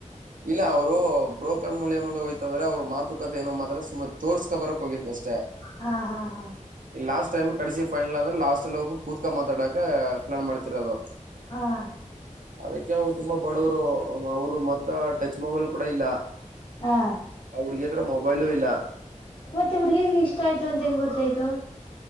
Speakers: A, on the right (about 85°); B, on the left (about 40°).
A: ಇಲ್ಲ ಅವರು ಬ್ರೋಕರ್ ಮೂಲ್ಯ ಹಯ್ತಂದ್ರ ಅವ್ರ ಮಾತುಕತೆ ಏನೋ ಮಾತ್ರ ಸುಮ ತೋರ್ಸ್ಕೊ ಬರಕ್ ಹೋಗಿದ್ದ್ ಅಷ್ಟೇ
B: ಹಾ ಹಾ ಹಾ
A: ಲಾಸ್ಟ್ ಟೈಮ್ ಕರೆಸಿ ಫೈನಲ್ ಅಂದ್ರೆ ಲಾಸ್ಟ್ ಒಬ್ಬರು ಕೂತ್ಕ ಮಾತಾಡಕ ಪ್ಲಾನ್ ಮಾಡ್ತಿರೋದು
B: ಹಾ
A: ಅದಕ್ಕೆ ತುಂಬಾ ಬಡವರು ಅವರು ಮ ಟಚ್ ಮೊಬೈಲ್ ಕೂಡ ಇಲ್ಲ
B: ಹಾ
A: ಹಡುಗಿಯತ್ರ ಮೊಬೈಲ ಇಲ್ಲ
B: ಮತ್ತೆ ಹುಡ್ಗಿ ಇಷ್ಟ ಆಯ್ತು ಅಂತ ಹೆಂಗ ಗೊತ್ತಾಯ್ತು